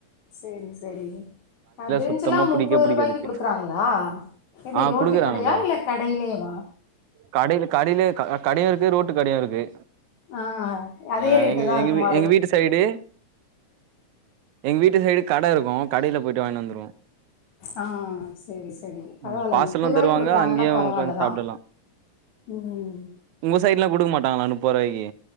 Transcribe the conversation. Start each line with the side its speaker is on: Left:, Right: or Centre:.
Left: செரி செரி அ பிரிஞ்சுல்லா
Right: சுத்தமா புடிக்கவே
Left: முப்பத்ரூபாய்க்கு
Right: புடிக்காது
Left: குடுக்குறாங்ளா எப்டி
Right: ஆ
Left: ரோட்டு
Right: குடுக்குறாங்கல்ல
Left: கடையா இல்ல கடையிலேவா
Right: கடைல கடையில இக் கடையும் இருக்கு ரோட்டு கடையும் இருக்கு
Left: ஆ அதே
Right: அ
Left: ரேட்டு
Right: எங்க
Left: தான்
Right: எங்க
Left: இருக்குமா
Right: எங்க வீட்டு சைடு எங்க வீட்டு சைடு கட இருக்கும் கடையில போயிட்டு வாய்ன்னு வந்துருவோ
Left: ஆ சேரி சேரி பரவால்ல
Right: ம் பார்சலு
Left: முப்பது ரூபாய்க்கு
Right: தருவாங்க
Left: குடுக்குறாங்கன்னா
Right: அங்கேயு
Left: பரவால்ல
Right: உக்காந்து
Left: தா
Right: சாப்டலா
Left: ம்
Right: உங்க சைட்லா குடுக்க மாட்டாங்களா முப்பது ரூபாய்க்கு